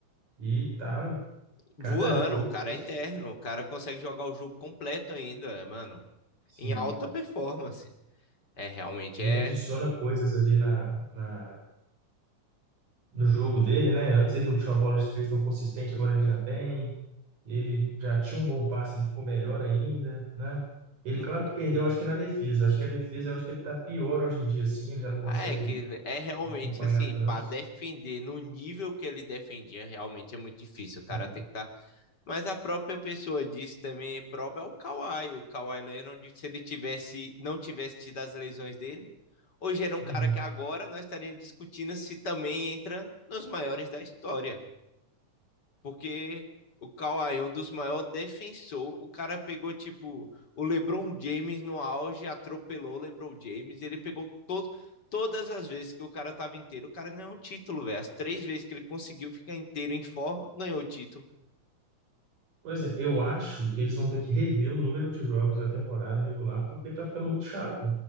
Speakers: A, on the right; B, on the left.
A: e tá
B: voando,
A: cada jogo
B: o cara
A: passando
B: é interno, o cara consegue jogar o jogo completo ainda, é, mano,
A: Sim.
B: em alta performance. É realmente
A: E
B: é
A: ele adiciona coisas ali na, na, no jogo dele, né? Antes ele não tinha uma bola de três tão consistente, agora ele já tem. Ele já tinha um bom passe, ele ficou melhor ainda, né? Ele,
B: um-
A: claro que perdeu, acho que na defesa. Acho que a defesa, eu acho que ele tá pior hoje em dia, assim, ele já não consegue
B: ah, é que é realmente
A: acompanhar
B: assim,
A: tanto.
B: para defender no nível que ele defendia, realmente é muito difícil. O cara
A: né?
B: tem que estar Mas a própria pessoa disse também, prova é o Kawhi. O Kawhi Leonard, se ele tivesse, não tivesse tido as lesões dele, hoje era um cara
A: Uhum.
B: que agora nós estaríamos discutindo se também entra nos maiores da história. Porque o Kawhi é um dos maiores defensores. O cara pegou, tipo, o LeBron James no auge, atropelou o LeBron James. Ele pegou todo, todas as vezes que o cara tava inteiro, o cara ganhou um título, velho. As três vezes que ele conseguiu ficar inteiro em forma, ganhou o título.
A: Pois é, eu acho que eles vão ter que rever o número de jogos da temporada regular, porque tá ficando muito chato.